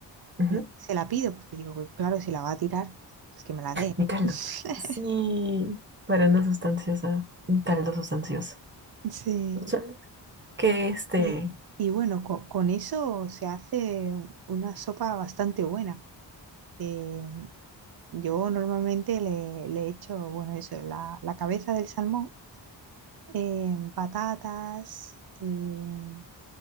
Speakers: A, on the right (about 25°); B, on the right (about 55°).
A: Ujú.
B: eh, se la pido, porque digo, "Uy, claro, si la va a tirar, pues que me la dé,
A: Mi
B: ¿no?
A: caldo.
B: <laughs>
A: Sí, para una sustanciosa, un caldo sustancioso.
B: Sí.
A: Suena Que este,
B: Y, y bueno, co- con, eso se hace una sopa bastante buena. Eh, yo normalmente le, le echo, bueno, eso, la, la cabeza del salmón, eh, patatas, eh,